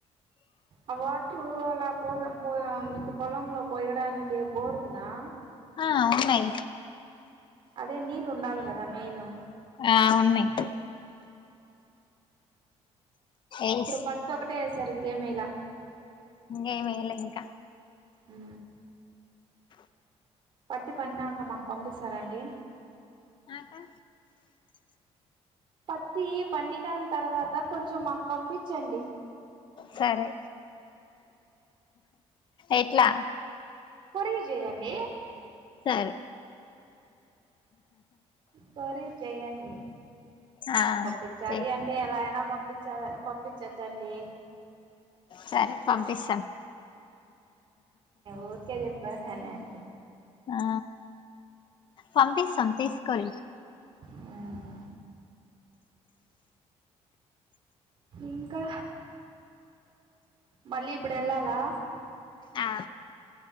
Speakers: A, on the right (about 45°); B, on the left (about 45°).
A: ఆ వాటరు అలా పోస పో మీకు పొలంలో పోయడానికి బోరు ఉందా
B: ఆ ఉన్నాయి
A: అదే నీళ్ళు ఉండాల కదా మెయిను
B: ఆ ఉన్నాయి ఎస్
A: ఇప్పుడు పత్ ఒకటే వేసారు ఇంకేమ్ వేయల
B: ఇంగేం వేయల ఇంకా
A: ఊ పత్తి పడినాక మాకు పంపిస్తారాండి
B: ఆకా
A: పత్తి పండిన తర్వాత కొంచెం మాకు పంపించండి
B: సరే ఎట్లా
A: కొరియర్ చెయండి
B: సరే
A: కొరియర్ చెయ్యండి
B: ఆ
A: పంపించాలి
B: చేయి,
A: అంటే ఎలా అయినా పంపించ పంపించిచ్చండి
B: సరే పంపిస్తాం
A: ఊరికే చెప్ లననా అండి
B: ఆ పంపిస్తాం తీసుకొరి
A: హ్మ్. ఇంకా మళ్ళీ ఇప్పుడు ఎళ్ళాలా
B: ఆ